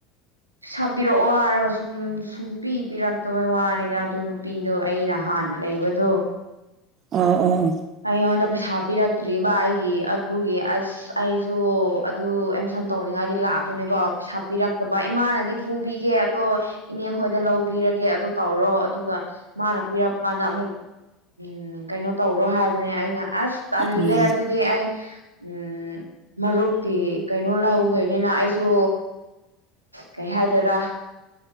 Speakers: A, on the right; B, on the right.
A: ꯁꯥꯕꯤꯔꯛꯑꯣ ꯍꯥꯏꯔꯒ ꯁꯨꯝ ꯁꯨꯡ ꯄ ꯄꯤꯔꯛꯇꯕꯩ ꯋꯥꯅꯤꯅ ꯑꯗꯨ ꯅꯨꯄꯤꯗꯣ ꯑꯩꯅ ꯍꯥꯟ ꯅ ꯂꯩꯕꯗꯣ
B: ꯑꯣ ꯑꯣ
A: ꯑꯩ ꯍꯅ ꯄꯩꯁꯥ ꯄꯤꯔꯛꯇ꯭ꯔꯤꯕ ꯑꯩꯒꯤ ꯑꯗꯨꯒꯤ ꯑꯁ ꯑꯩꯁꯨ ꯑꯗꯨ ꯑꯦꯝꯁꯟ ꯇꯧꯅꯤꯡꯉꯥꯏꯗꯤ ꯂꯥꯛ ꯅꯦꯕꯣ ꯄꯩꯁꯥ ꯄꯤꯔꯛꯇꯕ ꯏꯃꯥꯅꯗꯤ ꯄꯨꯕꯤꯒꯦ ꯑꯗꯣ ꯏꯅꯦ ꯈꯣꯏꯗ ꯂꯧꯕꯤꯔꯒꯦ ꯑꯣ ꯇꯧꯔ ꯇꯔꯣ ꯑꯗꯨꯒ ꯃꯥꯅ ꯄꯤꯔꯛꯄ ꯀꯥꯟꯗ ꯑꯃꯨꯛ ꯎ ꯀꯩꯅꯣ ꯇꯧꯔꯣ ꯍꯥꯏꯕꯅꯦ ꯑꯩꯅ ꯑꯁ ꯇꯜꯂꯦ
B: ꯎꯝ
A: ꯑꯗꯨꯗꯤ ꯑꯩ ꯎꯝ ꯃꯔꯨꯞꯀꯤ ꯀꯩꯅꯣ ꯂꯧꯍꯧꯗꯣꯏꯅꯤꯅ ꯑꯩꯁꯨ ꯀꯩ ꯍꯥꯏꯗꯣꯏꯔ